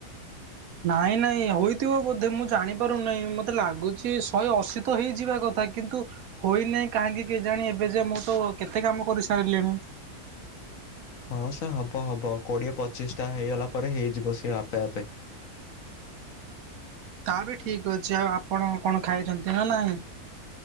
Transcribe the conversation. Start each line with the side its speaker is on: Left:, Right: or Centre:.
Right: ନାଇଁ ନାଇଁ ହୋଇଥିବ ବୋଧେ ମୁଁ ଜାଣିପାରୁନାହିଁ ମତେ ଲାଗୁଛି ଶହେ ଅଶୀ ତ ହେଇଯିବା କଥା କିନ୍ତୁ। ହୋଇନହିଁ କାହିଁକି କେ ଜାଣି ଏବେ ଯେ ମୁଁ ତ କେତେ କାମ କରି ସାରିଲିଣି।
Left: ହଁ ସେ ହବ ହବ କୋଡିଏ ପଚିଶ ଟା ହେଇଗଲା ପରେ ହେଇଯିବ ସେି ଆପେ ଆପେ।
Right: ତା ବି ଠିକ ଅଛି ଆଉ ଆପଣ କଣ ଖାଇଛନ୍ତି ନା ନାଇଁ?